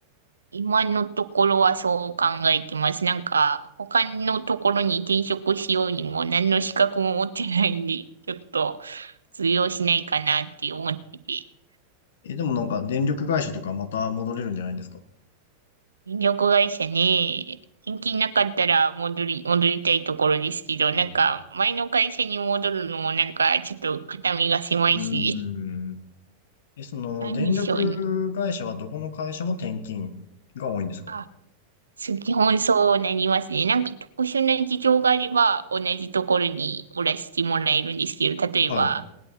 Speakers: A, on the right; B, on the left.
A: 今のところはそう考えてます。なんか、他のところに転職しようにも何の資格も持ってないんで、ちょっと通用しないかなって思ってて。
B: え、でもなんか、電力会社とかまた戻れるんじゃないんですか
A: 電力会社ね、転勤なかったら戻り、戻りたいところですけど、
B: ああ、
A: なんか、前の会社に戻るのもなんか、ちょっと肩身が狭いし、
B: うーん。え、その、
A: なんでしょうね。
B: 電力会社はどこの会社も転勤が多いんですか
A: あ、そう基本そうなりますね。なんか特殊な事情があれば、同じところにおらしてもらえるんですけど、例えば、
B: はい。